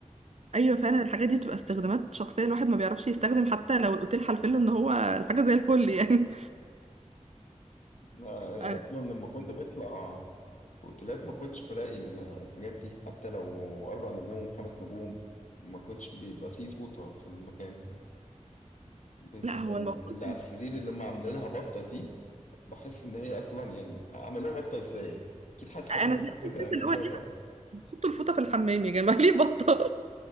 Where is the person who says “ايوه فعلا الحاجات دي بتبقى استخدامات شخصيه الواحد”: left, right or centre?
Right